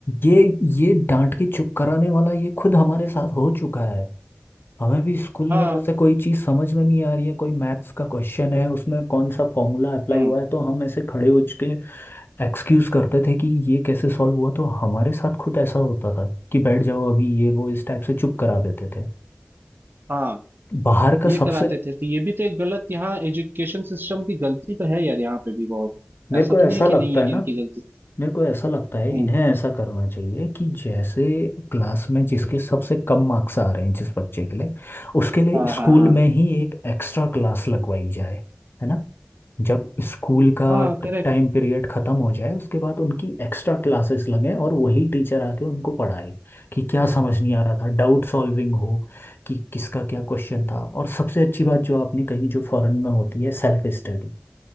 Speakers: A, on the left; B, on the right.
A: ये ये डांट के चुप कराने वाला ये खुद हमारे साथ हो चुका है हमें भी स्कूल
B: हाँ
A: में जैसे कोई चीज समझ में नहीं आ रही है कोई मैथ्स का क्वेश्चन है उसमें कौन सा फॉर्मूला अप्लाई
B: हम्म
A: हुआ है तो हम ऐसे खड़े हो के एक्सक्यूज करते थे कि ये कैसे सॉल्व हुआ तो हमारे साथ खुद ऐसा होता था कि बैठ जाओ अभी ये वो इस टाइप से चुप करा देते थे
B: हाँ
A: बाहर का
B: ये
A: सबसे
B: कराते थे तो ये भी तो एक गलत यहाँ एजुकेशन सिस्टम की गलती तो है यार यहाँ पे भी बहुत
A: मेरे
B: ऐसा
A: को
B: तो
A: ऐसा
B: नहीं है
A: लगता
B: कि नहीं है
A: है ना
B: इनकी गलती
A: मेरे को ऐसा लगता है
B: हम्म
A: इन्हें ऐसा करना चाहिए कि जैसे क्लास में जिसके सबसे कम मार्क्स आ रहे हैं जिस बच्चे के लिए उसके लिए
B: हाँ
A: स्कूल
B: हाँ हाँ
A: में ही एक एक्स्ट्रा क्लास लगवाई जाए है ना जब स्कूल का
B: हाँ करेक्ट
A: टाइम पीरियड खत्म हो जाए उसके बाद उनकी एक्स्ट्रा क्लासेस लगें और वही टीचर आके उनको पढ़ाए कि क्या समझ नहीं आ रहा था डाउट सॉल्विंग हो कि किसका क्या क्वेश्चन था और सबसे अच्छी बात जो आपने कही जो फॉरेन में होती है सेल्फ स्टडी